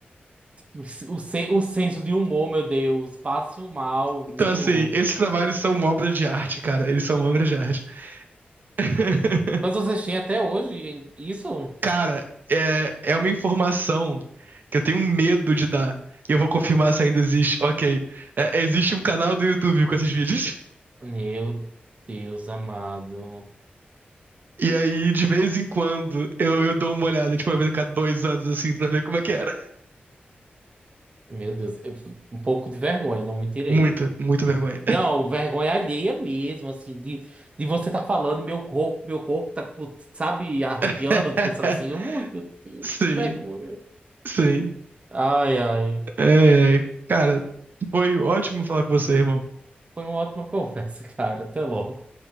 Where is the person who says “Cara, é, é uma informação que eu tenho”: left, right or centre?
Right